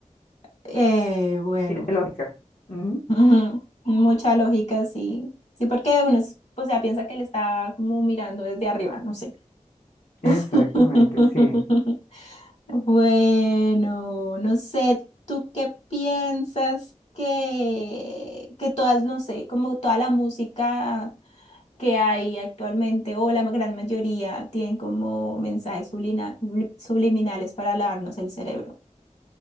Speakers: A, on the left; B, on the left.
A: eh, bueno,
B: tiene lógica. Ujú,
A: <laughs> ujú, mucha lógica, sí. Sí, porque uno, es- o sea, piensa que le está como mirando desde arriba, no sé.
B: Exactamente,
A: <laughs>
B: sí.
A: Bueno, no sé, ¿tú qué piensas que, que todas, no sé, como toda la música que hay actualmente o la gran mayoría tienen como mensajes sublina- subliminales para lavarnos el cerebro?